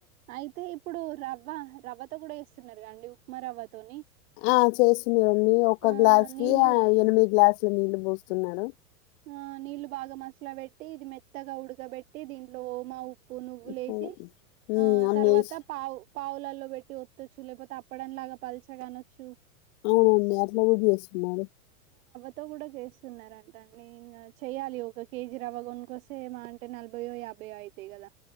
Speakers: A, on the right; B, on the left.
A: అయితే ఇప్పుడు రవ్వ రవ్వతో కూడా ఎస్తున్నార్ గా అండి ఉప్మా రవ్వతోని.
B: ఆ చేస్తున్నారండి ఒక్క
A: ఆ
B: గ్లాస్
A: నీళ్లు
B: కి ఆ ఎనిమిది గ్లాసుల నీళ్లు పోస్తున్నారు.
A: ఆ నీళ్లు బాగా మసలా బెట్టి ఇది మెత్తగా ఉడకబెట్ ట్టి దీంట్లో ఓమా ఉప్పు నువ్వు లేసి
B: పో- ఉమ్,
A: ఆ
B: అన్నీ
A: తర్వాత
B: వేసి-
A: పావు. పావులల్లో బెట్టి వత్తొచ్చు లేకపోతే అప్పడం లాగా పల్చగా అనొచ్చు.
B: అవునండి అట్లా గూడా జేస్తున్నారు.
A: తొ గూడా చేస్తున్నారండి. రన్ ఇంగ చేయాలి ఒక కేజీ రవ్వ గొనుకొస్తే మా అంటే నలభయో యాభైయో అయితయ్ కదా.